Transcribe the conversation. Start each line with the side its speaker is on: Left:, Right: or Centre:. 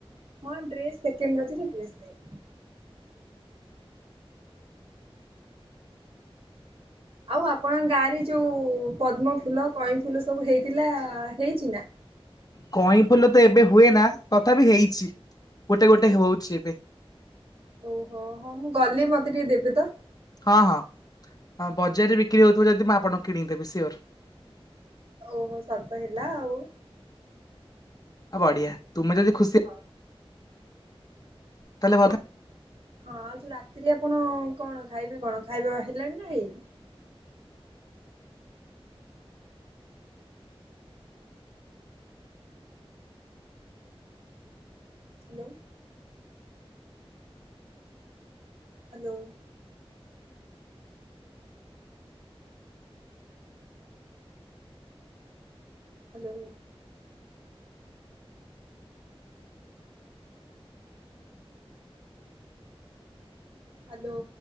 Right: ହଁ ଡ୍ରେସ୍ ସେକେଣ୍ଡ ରଜରେ ଡ୍ରେସ୍ ନେଲି। ଆଉ ଆପଣଙ୍କ ଗାଁରେ ଯେଉଁ ପଦ୍ମ ଫୁଲ କଇଁ ଫୁଲ ସବୁ ହେଇଥିଲା ହେଇଛିନା?
Left: କଇଁ ଫୁଲ ତ ଏବେ ହୁଏ ନା ତଥାପି ହେଇଛି। ଗୋଟେ ଗୋଟେ ହଉଛି ଏବେ।
Right: ଓହୋ ହଁ ମୁଁ ଗଲେ ମତେ ଟିକେ ଦେବେ ତ।
Left: ହଁ ହଁ ଆଁ ବଜାରରେ ବିକ୍ରି ହଉଥିବ ଯଦି ମୁଁ ଆପଣଙ୍କୁ କିଣିକି ଦେବି ସିଓର।
Right: ଓହୋ ସତ ହେଲା ଆଉ।
Left: ଆଉ ବଢ଼ିଆ ତୁମେ ଯଦି ଖୁସି
Right: ହଁ।
Left: ତାହେଲେ ମତେ
Right: ହଁ ଆଉ ଯୋଉ ରାତିରେ ଆପଣ କଣ ଖାଇବେ କଣ ଖାଇବା ହେଲାଣି ନା ହେଇନି? ହ୍ୟାଲୋ। ହ୍ୟାଲୋ। ହ୍ୟାଲୋ। ହ୍ୟାଲୋ।